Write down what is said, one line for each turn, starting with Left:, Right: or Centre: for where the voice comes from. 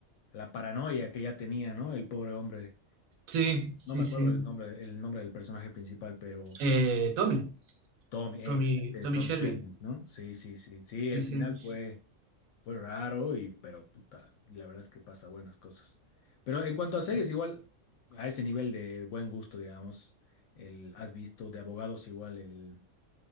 Left: la paranoia que ya tenía, ¿no? El pobre hombre.
Right: sí, sí,
Left: No me acuerdo
Right: sí,
Left: el nombre, el nombre del personaje principal, pero
Right: eh, Tommy,
Left: Tom, ex,
Right: Tommy,
Left: eh,
Right: Tommy
Left: Tom
Right: Shelby,
Left: Shanks, ¿no? Sí, sí, sí. Sí,
Right: sí,
Left: el
Right: sí,
Left: final fue. Fue raro, y, pero puta, la verdad es que pasa buenas cosas. Pero en cuanto
Right: sí,
Left: a series, igual a ese nivel de buen gusto, digamos, el, has visto de abogados igual el